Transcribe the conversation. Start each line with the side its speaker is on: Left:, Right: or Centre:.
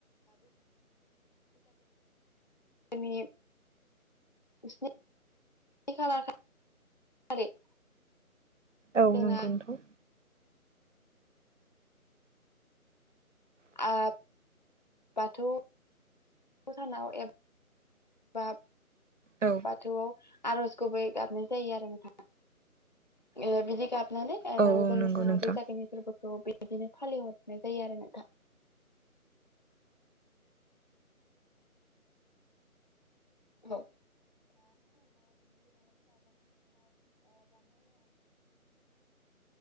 Left: नि स्नि खालार <unintelligible>
Right: औ
Left: जोंना
Right: नंगौ नोंथां
Left: आ बाथौ भटानाव एब बा
Right: औ
Left: बाथौआव आर'ज गुबै गाबनाय जायो आरो नोंथां ओ बिदि गाबनानै उनाव
Right: औ
Left: जोंना
Right: नंगौ नोंथां
Left: बैसागोनि फोरबो खौ बिदिनो फालिहरनाय जायो आरो नोंथां। औ <unintelligible> <unintelligible>